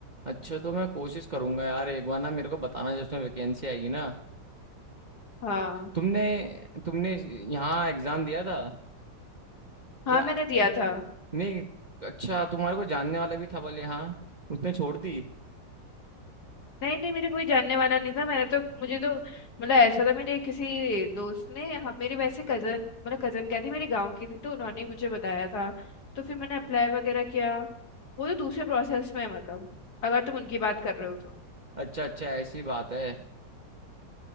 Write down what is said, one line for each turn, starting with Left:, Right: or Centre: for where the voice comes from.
Right: अच्छा तो मैं कोशिश करूंगा यार एक बार ना मेरे को बताना जब उसमें वैकेंसी आएगी ना
Left: हाँ
Right: तुमने तुमने यहाँ एग्जाम दिया था या
Left: हाँ मैंने दिया था
Right: नहीं अच्छा तुम्हारे को जानने वाला भी था बल यहाँ उसने छोड़ दी
Left: नहीं नहीं मेरे कोई जानने वाला नहीं था मैंने तो मुझे तो मतलब ऐसा था मेरे किसी दोस्त ने हम मेरे वैसे कजन मतलब कजन क्या थी मेरे गांव की थी तो उन्होंने ही मुझे बताया था तो फिर मैंने अप्लाई वगैरह किया वो तो दूसरे प्रोसेस में है मतलब अगर तुम उनकी बात कर रहे हो तो।
Right: अच्छा अच्छा ऐसी बात है